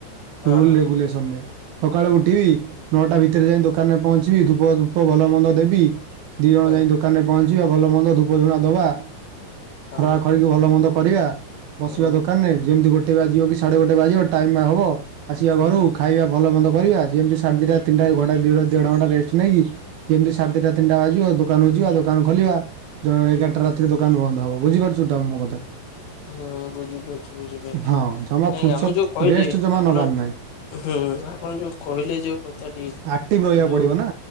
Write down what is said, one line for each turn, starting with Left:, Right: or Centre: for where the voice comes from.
Left: ହଁ
Right: ରୁଲ୍ ରେଗୁଲେସନ୍ ରେ। ସକାଳୁ ଉଠିବି ନଅଟା ଭିତରେ ଯାଇକି ଦୋକାନରେ ପହଞ୍ଚିବି ଧୂବ ଧୂପ ଭଲ ମନ୍ଦ ଦେବି। ଦି ଜଣ
Left: ହଁ
Right: ଯାଇକି ଦୋକାନ ରେ ପହଞ୍ଚିବା ଭଲ ମନ୍ଦ ଧୂପ ଝୁଣା ଦବା।
Left: ହଁ
Right: ଖରକା ଖରିକି ଭଲ ମନ୍ଦ କରିବା ବସିବା
Left: ହୁଁ
Right: ଦୋକାନ୍ ରେ ଯେମିତି ଗୋଟେ ଗୋଟେ ବାଜିବ କି ସାଢ଼େ ଗୋଟେ ବାଜିବ ଟାଇମ୍ ବା ହବ ଆସିବା
Left: ହୁଁ
Right: ଘରୁ ଖାଇବା ଭଲ ମନ୍ଦ କରିବା। ଯେମିତି ସାଢ଼େ ଦି
Left: ହୁଁ
Right: ଟା ତିିନି ଟା ଏ ଘଣ୍ଟାଏ ଦେଢ଼ ଘଣ୍ଟା ରେଷ୍ଟ୍ ନେଇକି ଯେମିତି
Left: ହୁଁ
Right: ସାଢ଼େ ଦି ଟା ତିନ୍ ଟା ବାଜିବ ଦୋକାନକୁ ଯିବା ଦୋ ଦୋକାନ ଖୋଲିବା ଯୋଉ ଏଗାର
Left: ହୁଁ
Right: ଟା ରାତିରେ ଦୋକାନ ବନ୍ଦ୍ ହବ ବୁଝିପାରୁଛୁ ତ ମୋ କଥା?
Left: ହୁଁ ବୁଝିପାରୁଚି ବୁଝିପାରୁଚି,
Right: ହଁ ଜମା
Left: ନାଇଁ
Right: ଫୁର୍ସତ
Left: ଆମେ ଯୋଉ କହିଲେ
Right: ରେଷ୍ଟ ଜମା
Left: ଆପଣ
Right: ନେବାର ନାହିଁ
Left: ହୁଁ ଆପଣ ଯୋଉ କହିଲେ ଯୋଉ କଥାଟି
Right: ଆକ୍ଟିଭ୍ ରହିବାକୁ
Left: ଯୋଉ
Right: ପଡ଼ିବ ନା